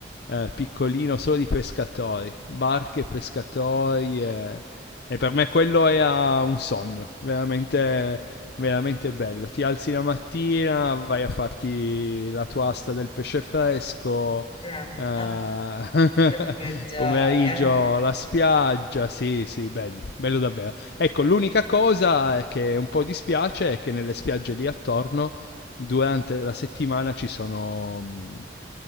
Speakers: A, on the left (about 55°); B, on the left (about 30°).
A: eh, piccolino, solo di pescatori, barche e pescatori,
B: <laughs>
A: e, e per me quello era un sogno, veramente veramente bello. Ti alzi la mattina, vai a farti la tua asta del pesce fresco.
B: Ah,
A: eh,
B: ah,
A: <laughs>
B: che gioia.
A: pomeriggio la spiaggia, sì, sì, bello, bello davvero. Ecco, l'unica cosa è che un po' dispiace è che nelle spiagge lì attorno durante la settimana ci sono mh,